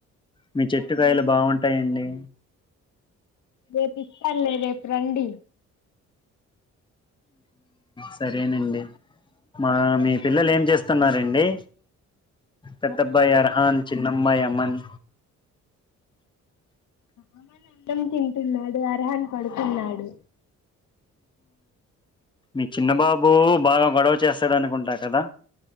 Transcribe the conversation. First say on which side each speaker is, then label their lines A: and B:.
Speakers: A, on the left (about 15°); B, on the left (about 70°).
A: మీ చెట్టుకాయలు
B: అవును
A: బాగుంటాయండి
B: రేపు ఇస్తాలే రేపు రండి!
A: సరేనండి మా మీ పిల్లలు ఏం చేస్ వస్తున్నారండి పెద్దబ్బాయి అర్హాన్ చిన్నమ్బాయి అమన్
B: అమన్ అన్నం తింటున్నాడు అర్హన్ పడుకున్నాడు
A: మీ చిన్న బాబు బాగ గొడవ చేస్తాడు అనుకుంటా కదా?